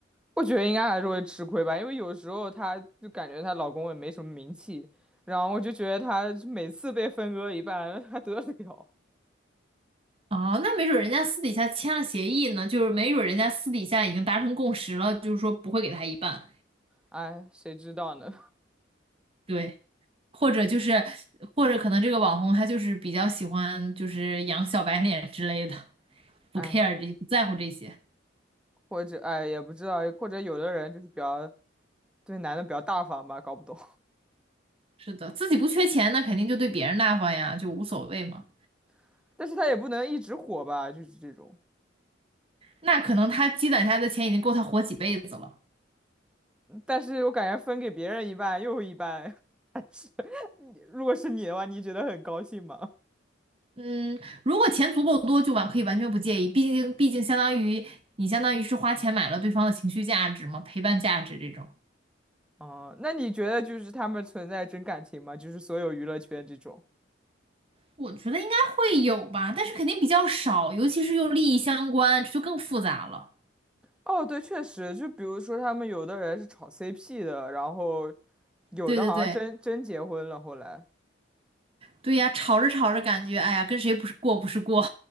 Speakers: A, in the centre; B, on the right.
A: 我觉得应该还是会吃亏吧，因为有时候她就感觉她老公也没什么名气，然后我就觉得她每次被分割一半还 <laughs> 得了，
B: 哦，那没准儿人家私底下签了协议呢，就是没准儿人家私底下已经达成共识了，就是说不会给他一半，
A: 哎，谁知道呢？
B: 对，或者就是，或者可能这个网红他就是比较喜欢就是养小白脸之类的，不
A: 哎。
B: care 这些，不在乎这些，
A: 或者哎也不知道，或者有的人就是比较对男的比较大方吧，搞不懂。
B: 是的，自己不缺钱，那肯定就对别人大方呀，就无所谓嘛。
A: <laughs> 但是他也不能一直火吧，就是这种。
B: 那可能他积攒下来的钱已经够他活几辈子了。
A: 但是我感觉分给别人一半又一半，<laughs> 还是你如果是你的话，你觉得很高兴吗？
B: 嗯，如果钱足够多，就完可以完全不介意，毕竟毕竟相当于你相当于是花钱买了对方的情绪价值嘛，陪伴价值这种。
A: 哦，那你觉得就是他们存在真感情吗？就是所有娱乐圈这种。
B: 我觉得应该会有吧，但是肯定比较少，尤其是又利益相关，这就更复杂了。
A: 哦，对，确实，就比如说他们有的人是炒 CP 的，然后有的好像真真结婚了，
B: 对对对
A: 后来。
B: 对呀，吵着吵着感觉，哎呀，跟谁不是过不是过，